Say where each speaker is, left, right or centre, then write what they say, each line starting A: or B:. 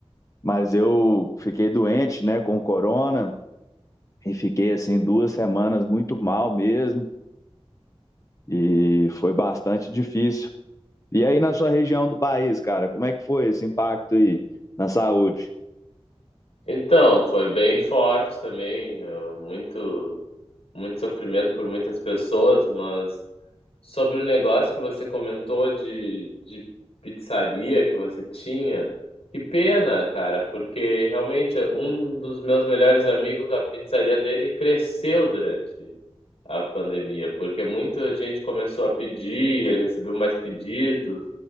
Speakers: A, on the left; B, on the left.
A: mas eu fiquei doente, né, com corona e fiquei assim duas semanas muito mal mesmo. e foi bastante difícil. E aí na sua região do país, cara, como é que foi esse impacto aí na saúde?
B: Então, foi bem forte também, ah, muito muito sofrimento por muitas pessoas, mas sobre o negócio que você comentou de, de pizzaria que você tinha, que pena, cara, porque realmente um dos meus melhores amigos, a pizzaria dele cresceu durante a pandemia, porque muita gente começou a pedir, ele recebeu mais pedidos.